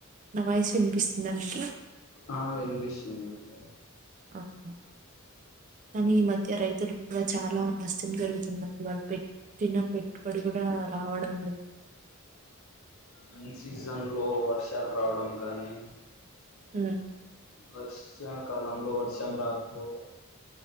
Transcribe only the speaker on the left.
ఆ వినిపిస్తుదండి
అన్ సీజన్ లో వర్షాలు రావడం గానీ
వర్షాకాలంలో వర్షం రాకపోవడం